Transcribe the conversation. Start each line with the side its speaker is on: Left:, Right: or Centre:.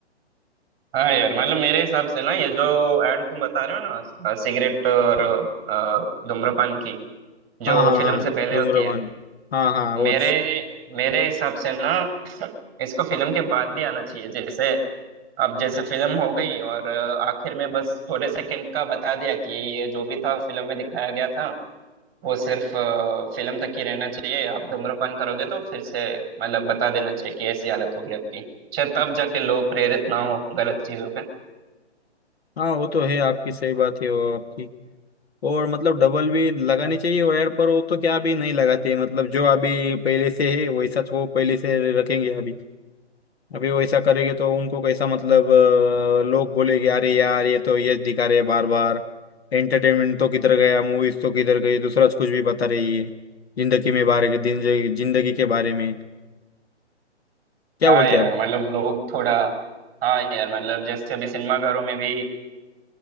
Right: हाँ यार मतलब मेरे हिसाब से ना ये जो ऐड तुम बता रहे हो ना अ, सिगरेट और अ, धूम्रपान की जो
Left: हाँ हाँ हाँ
Right: फिल्म से पहले
Left: धूम्रपान
Right: होती है
Left: हाँ हाँ वो
Right: मेरे मेरे हिसाब से ना <laughs> इसको फिल्म के बाद भी आना चाहिए जैसे अब जैसे फिल्म हो गई और आखिर में बस थोड़े सेकंड का बता दिया कि ये जो भी था फिल्म में दिखाया गया था वो सिर्फ अ, फिल्म तक ही रहना चाहिए आप धूम्रपान करोगे तो फिर से मतलब बता देना चाहिए कि ऐसी हालत होगी आपकी शायद तब जाके लोग प्रेरित ना हो गलत चीजों पे
Left: हाँ वो तो है आपकी सही बात है वो आपकी और मतलब डबल भी लगानी चाहिए वायर पर वो तो क्या अभी नहीं लगाते मतलब जो अभी पहले से है वैसा तो वो पहले से रखेंगे अभी अभी वैसा करेंगे तो उनको कैसा मतलब अ, लोग बोलेंगे अरे यार ये तो ये दिखा रहे बार बार एंटरटेनमेंट तो किधर गया मूवीज तो किधर गई दूसरा कुछ भी बता रही है जिंदगी में बारे के जिंदगी जिंदगी के बारे में क्या
Right: हाँ
Left: बोलते
Right: यार
Left: हैं आप
Right: मतलब लोग थोड़ा हाँ यार मतलब जैसे अभी सिनेमाघरों में भी अ,